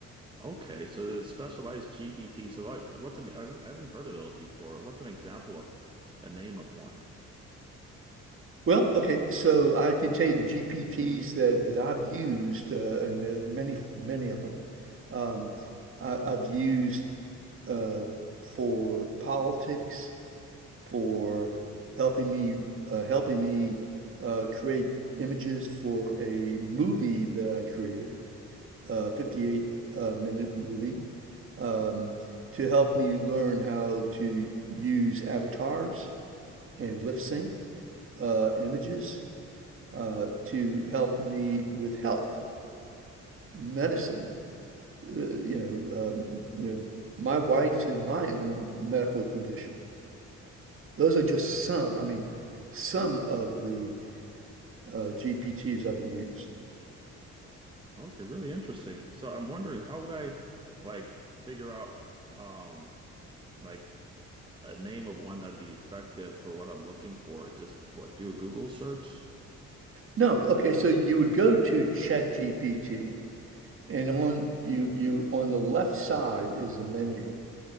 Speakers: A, on the right (about 15°); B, on the right (about 45°).
A: Okay, so there's specialized GPT. So like, what's an I've, I haven't heard of those before. What's an example of a name of one?
B: Well, okay, so I can tell you the GPTs that, that I've used, uh, and there's many, many of them. Um, I, I've used uh, for politics. for helping me uh, helping me uh, create images for a movie that I created, a 58 uh, minute movie, um, to help me learn how to use avatars and lip sync uh, images uh, to help me with health, medicine, uh, you know, um, you know, my wife's and my own medical condition. Those are just some, I mean, some of the uh, GPTs I've used.
A: Okay, really interesting. So I'm wondering how would I like figure out um like a name of one that'd be effective for what I'm looking for? Just what, do a Google search?
B: No, okay, so you would go to ChatGPT and on you you on the left side is the menu.